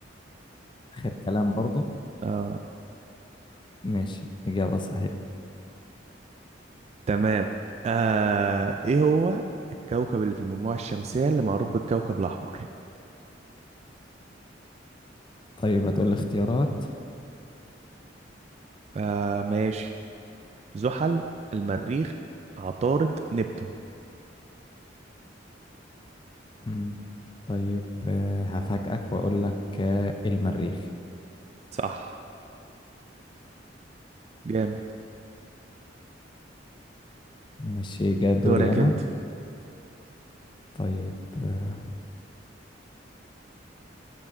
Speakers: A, on the left; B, on the right.
A: اخر كلام برضو
B: اه
A: ماشي اجابة صحيحة
B: تمام آه ايه هو الكوكب اللي في المجموعة الشمسية اللي معروف بالكوكب الأحمر
A: طيب هتقول لي اختيارات
B: آه ماشي زحل المريخ عطارد نبتون
A: مم. طيب آه، هفاجئك واقول لك آه، المريخ
B: صح جامد
A: ماشي جا دوري
B: دورك
A: أنا
B: انت
A: طيب آه،